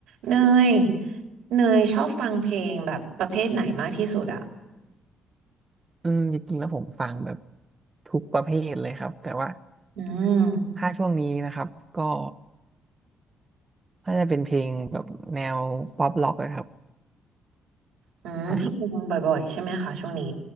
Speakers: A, on the right; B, on the right.
A: เนยเนยชอบฟังเพลงแบบประเภทไหนมากที่สุดอะ
B: อืมจริงๆแล้วผมฟังแบบทุกประเภทเลยครับแต่ว่า
A: อืม
B: ถ้าช่วงนี้นะครับก็น่าจะเป็นเพลงแบบแนวป๊อปร็อกนะครับ
A: อืมที่ฟังบ่อยๆใช่ไหมคะช่วงนี้
B: ใช่ครับ